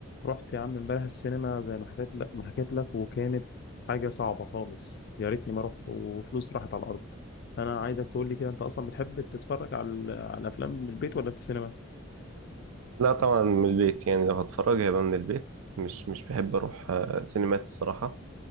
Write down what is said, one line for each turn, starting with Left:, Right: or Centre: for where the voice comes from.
Left: رحت يا عم امبارح السينما زي ما حكيت لك ما حكيت لك وكانت حاجة صعبة خالص يا ريتني ما رحت وفلوس راحت على الأرض أنا عايزك تقول لي كده أنت أصلا بتحب تتفرج على ال- على الأفلام من البيت ولا في السينما؟
Right: لا طبعا من البيت يعني لو هتفرج هيبقى من البيت مش مش بحب اروح آه، سينمات الصراحة